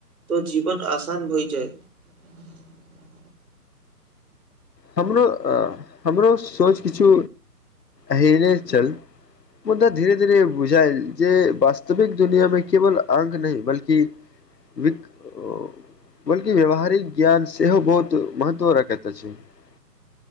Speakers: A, on the right; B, on the left.
A: तऽ जीवन आसान भए जायत। <unintelligible>
B: हमरो -हमरो सोच किछु एहने छल मुदा धीरे -धीरे बुझायल जे वास्तविक दुनियामे केवल अंक नै बल्कि बिक उम्म बल्कि -व्यावहारिक ज्ञान सेहो बहुत महत्व रखैत अछि। <unintelligible>